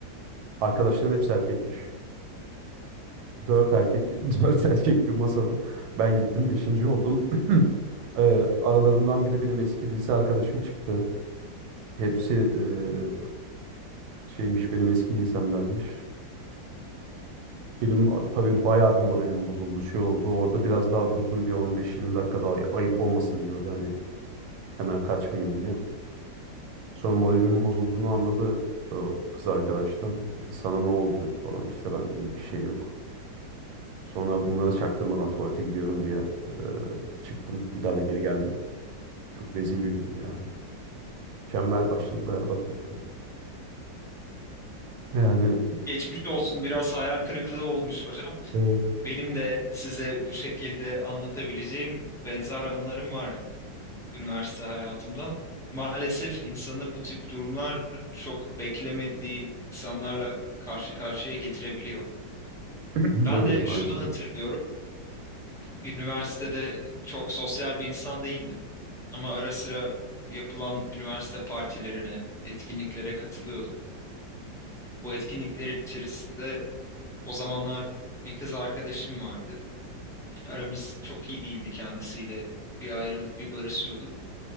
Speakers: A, on the right; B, in the centre.
A: Arkadaşların hepsi erkekmiş. Dört erkek, <laughs> dört erkek bir masada. Ben gittim beşinci oldum. <clears throat> Eee, aralarından biri benim eski lise arkadaşım çıktı. Hepsi eee, şeymiş benim eski lisemdenmiş. Benim a- tabii bayağı bir moralim bozuldu şey oldu. Orada biraz daha durdum bir on beş yirmi dakika daha ay- ayıp olmasın diyordu hani hemen kaçmayayım diye. Sonra moralimin bozulduğunu anladı o kız arkadaş da. Dedi sana ne oldu dedi falan işte ben dedim bir şey yok. Sonra bunlara çaktırmadan tuvalete gidiyorum diye e, çıktım. Bir daha da geri gelmedim. Çok rezil bir gündü yani. Mükemmel başladı, berbat bitti. Yani
B: Geçmiş olsun. Biraz hayal kırıklığı olmuş hocam.
A: evet.
B: Benim de size bu şekilde anlatabileceğim benzer anılarım var üniversite hayatımdan. Maalesef insanı bu tip durumlar çok beklemediği insanlarla karşı karşıya getirebiliyor.
A: <clears throat>
B: Ben
A: Evet
B: de
A: maalesef.
B: şunu hatırlıyorum. Üniversitede çok sosyal bir insan değildim ama ara sıra yapılan üniversite partilerine, etkinliklere katılıyordum. Bu etkinlikler içerisinde o zamanlar bir kız arkadaşım vardı. Aramız çok iyi değildi kendisiyle. Bir ayrılıp bir barışıyorduk.